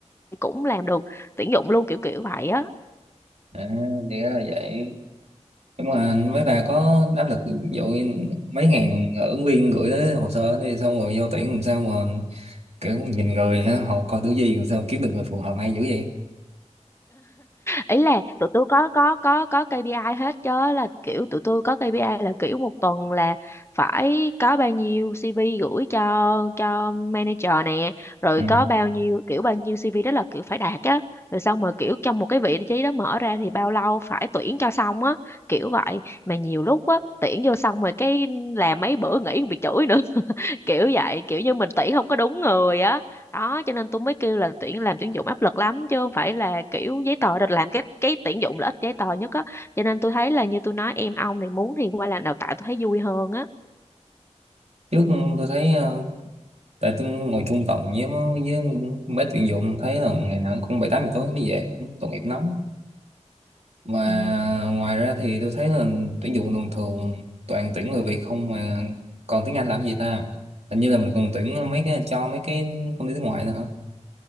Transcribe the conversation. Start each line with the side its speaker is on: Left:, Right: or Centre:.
Left: thì cũng làm được tuyển dụng luôn kiểu kiểu vậy á
Right: à, thì ra là vậy nhưng mà mấy bà có áp lực ví dụ như mấy ngàn ứng viên gửi tới hồ sơ thì xong rồi vô tuyển làm sao mà kiểu nhìn người ha họ coi thứ gì làm sao kiếm được người phù hợp hay dữ vậy
Left: ý là tụi tôi có có có có KPI hết chứ là kiểu tụi tôi có KPI là kiểu một tuần là phải có bao nhiêu CV gửi cho cho manager nè rồi
Right: ừ.
Left: có bao nhiêu kiểu bao nhiêu CV đó là kiểu phải đạt á rồi xong rồi kiểu trong một cái vị trí đó mở ra thì bao lâu phải tuyển cho xong á kiểu vậy mà nhiều lúc á tuyển vô xong rồi cái làm mấy bữa nghỉ còn bị chửi nữa kiểu vậy kiểu như mình tuyển không có đúng người á đó cho nên tôi mới kêu là tuyển làm tuyển dụng áp lực lắm chứ không phải là kiểu giấy tờ được làm cái cái tuyển dụng là ít giấy tờ nhất á cho nên tôi thấy là như tôi nói em ông này muốn thì qua làm đào tạo tôi thấy vui hơn á
Right: trước tôi thấy ờ, tại tôi ngồi chung tổng với nó- với mấy tuyển dụng thấy là ngày nào cũng bảy tám giờ tối nó mới về cũng tội nghiệp nó mà
Left: ừ
Right: ngoài ra thì tôi thấy là tuyển dụng thường thường toàn tuyển người Việt không mà còn tiếng Anh làm gì ta hình như là mình còn tuyển mấy cái cho mấy cái công ty nước ngoài nữa hả